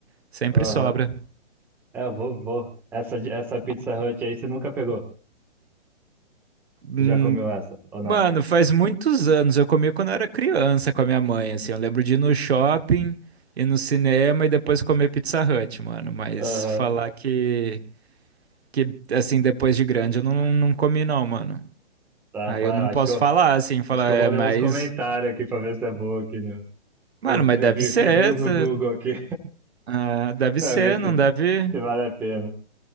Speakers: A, on the right; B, in the centre.
A: sempre
B: Aham.
A: sobra.
B: É, eu vou, vou. Essa, de- essa Pizza Hut aí você nunca pegou?
A: Hum,
B: Você já comeu essa, ou não?
A: Mano, faz muitos anos. Eu comia quando eu era criança com a minha mãe, assim. Eu lembro de ir no shopping, ir no cinema e depois comer Pizza Hut, mano. Mas
B: Aham.
A: falar que, que assim, depois de grande eu não, não comi, não, mano.
B: Tá,
A: Aí
B: pá,
A: eu não posso
B: acho que eu,
A: falar, assim, falar,
B: acho que eu
A: é,
B: vou ler
A: mas.
B: uns comentários aqui pra ver se é boa aqui, né?
A: Mano,
B: Os
A: mas
B: review,
A: deve ser.
B: reviews no
A: tá-
B: Google aqui,
A: ah,
B: <laughs>
A: deve
B: pra
A: ser,
B: ver se...
A: não deve.
B: se vale a pena.